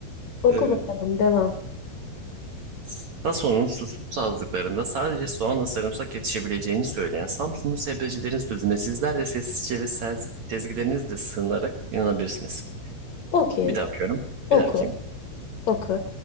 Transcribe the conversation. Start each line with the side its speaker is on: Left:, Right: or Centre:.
Left: Oku
Right: Evet.
Left: bakalım, devam.
Right: TASO'nun susuz sazlıklarında sadece soğanla sarımsak yetişebileceğini söyleyen Samsunlu sebzecilerin sözüne sizler de sessizce ve sez, sezgilerinizle sığınarak inanabilirsiniz.
Left: Okey,
Right: Bir daha okuyorum.
Left: oku,
Right: Bir daha okuyayım.
Left: oku.